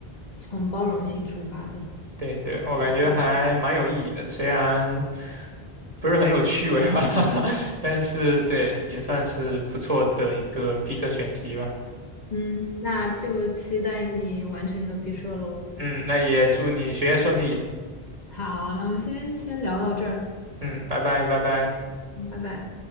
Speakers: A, on the left; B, on the right.
A: 从包容性出发的。
B: 对对，我感觉还蛮有意义的，
A: 对，
B: 虽然不是很有趣味吧，<laughs> 但是对，也算是不错的一个闭塞选题吧。
A: 嗯，那就期待你完成你的毕设喽。
B: 嗯，那也祝你学业顺利。
A: 好，那我们先先聊到这儿，
B: 嗯，拜拜，拜拜。
A: 嗯拜拜。